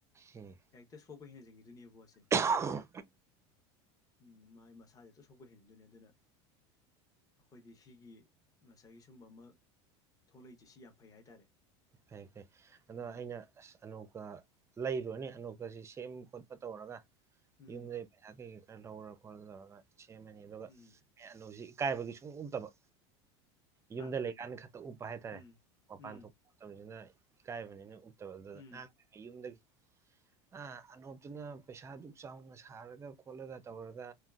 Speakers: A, on the right (about 20°); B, on the left (about 25°).
A: ꯎꯝ
B: ꯍꯦꯛꯇ ꯁꯣꯛꯄ ꯍꯦꯟꯖꯟꯈꯤꯗꯨꯅꯦꯕꯣꯁꯦ
A: ꯑ
B: ꯎꯝ ꯃꯥꯥꯏ ꯃꯁꯥꯁꯦ ꯑꯇ ꯁꯣꯛꯄ ꯍꯦꯟꯖꯤꯟꯗꯣꯏꯅꯦ ꯑꯗꯨꯅ ꯑꯩꯈꯣꯏꯗꯤ ꯁꯤꯒꯤ ꯉꯁꯥꯏꯒꯤ ꯁꯨꯝꯕ ꯑꯃ ꯊꯣꯛꯂꯛꯏꯁꯦ ꯁꯤ ꯌꯥꯝ ꯐꯩ ꯍꯥꯏꯇꯥꯔꯦ
A: ꯐꯩ ꯐꯩ ꯑꯗꯣ
B: ꯎꯝ
A: ꯑꯩꯅ ꯑꯁ ꯑꯅꯣꯛꯀ ꯂꯩꯔꯨꯔꯅꯦ ꯑꯅꯣꯛꯀꯁꯤ ꯁꯦꯝꯕ ꯈꯣꯠꯄ ꯇꯧꯔꯒ
B: ꯎꯝ
A: ꯌꯨꯝꯗꯩ ꯄꯩꯁꯥ ꯀꯩꯀꯩ ꯈꯔ ꯂꯧꯔ ꯈꯣꯠꯂ ꯇꯧꯔꯒ ꯁꯦꯝꯃꯅꯤ ꯑꯗꯨꯒ
B: ꯎꯝ
A: ꯑꯩ ꯑꯅꯨꯁꯤ ꯏꯀꯥꯏꯕꯒꯤ ꯁꯨꯡ ꯎꯛꯇꯕ ꯌꯨꯝꯗ
B: ꯍꯥ
A: ꯂꯩꯀꯥꯟꯗ ꯈꯛꯇ ꯎꯞꯄ ꯍꯥꯏꯇꯥꯔꯦ
B: ꯎꯝ
A: ꯃꯄꯥꯟ
B: ꯎꯝ
A: ꯊꯣꯛꯄ ꯃꯇꯝꯁꯤꯅ ꯏꯀꯥꯏꯕꯅꯤꯅ ꯀꯨꯝꯗꯒꯤ
B: ꯎꯝ
A: ꯑ ꯑꯅꯣꯞꯇꯨꯅ ꯄꯩꯁꯥꯗꯨ ꯆꯥꯎꯅ ꯁꯥꯔꯒ ꯈꯣꯠꯂꯒ ꯇꯧꯔꯒ